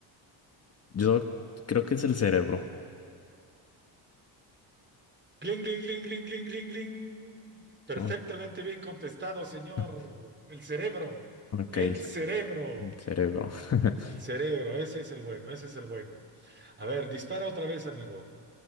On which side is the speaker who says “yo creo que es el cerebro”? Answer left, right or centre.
Left